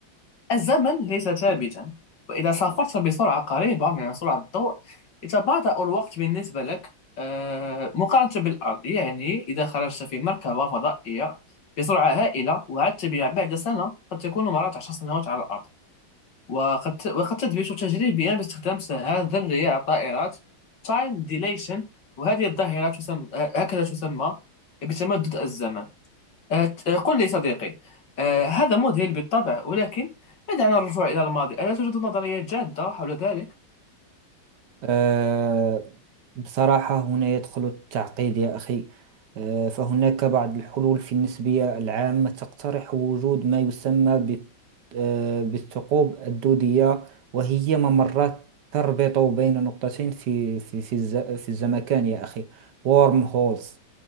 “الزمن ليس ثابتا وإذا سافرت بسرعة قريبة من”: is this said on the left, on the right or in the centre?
Left